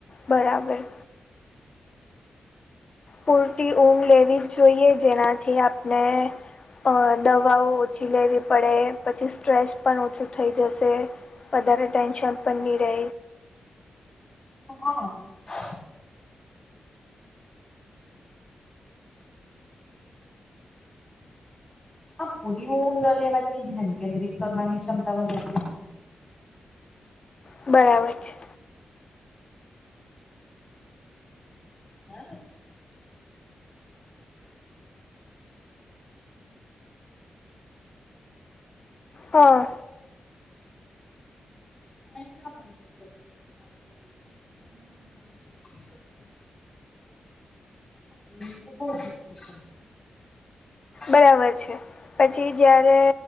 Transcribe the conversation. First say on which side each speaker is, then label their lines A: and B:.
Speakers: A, on the left; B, on the left.
A: બરાબર પૂરતી ઊંઘ લેવી જ જોઈએ જેનાથી આપણે અ દવાઓ ઓછી લેવી પડે પછી સ્ટ્રેસ પણ ઓછું થઈ જશે વધારે ટેન્શન પણ નહીં રહે
B: <unintelligible> હા પૂરી ઊંઘ લેવાથી ધ્યાન કેન્દ્રિત કરવાની ક્ષમતા વધે છે
A: બરાબર છે
B: <unintelligible> <inaudible> તો ટાઈમ
A: હા
B: ના <unintelligible> જોઈએ <inaudible> ઉંધ તો બો જરૂરી છે
A: બરાબર
B: એ તે
A: છે પછી જયારે